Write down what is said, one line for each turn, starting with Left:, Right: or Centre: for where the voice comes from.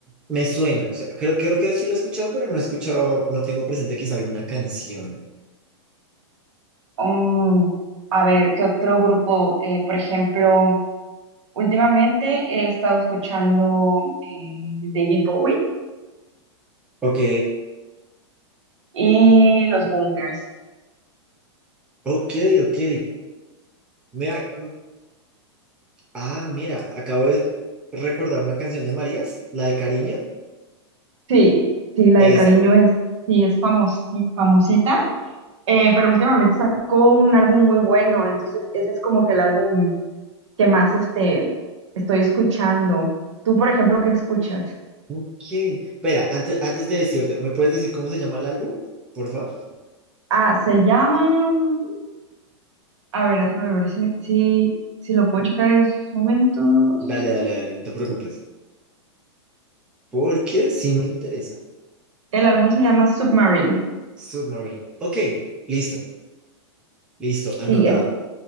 Centre: me suena, o sea, creo, creo que sí lo he escuchado, pero no he escuchado, no tengo presente quizá alguna canción.
Right: Mm, a ver, ¿qué otro grupo? Eh, por ejemplo, últimamente he estado escuchando eh, David Bowie
Centre: Ok,
Right: y Los Bunkers.
Centre: ok, ok. Mira, Ah, mira, acabo de recordar una canción de Marías, la de Cariño,
Right: Sí, sí, la
Centre: esa.
Right: de Cariño es, sí, es famosi- famosita, eh, pero últimamente sacó un álbum muy bueno, entonces ese es como que el álbum que más este, estoy escuchando. ¿Tú, por ejemplo, qué escuchas?
Centre: Ok. Espera, antes, antes de decirte, ¿me puedes decir cómo se llama el álbum? Por favor.
Right: Ah, se llama... A ver, déjame ver si, si, si lo puedo checar en estos momentos.
Centre: Dale, dale, dale, no te preocupes. Porque sí me interesa.
Right: El álbum se llama Submarine.
Centre: Submarine. Ok, listo, listo, anotado.
Right: Sí, es-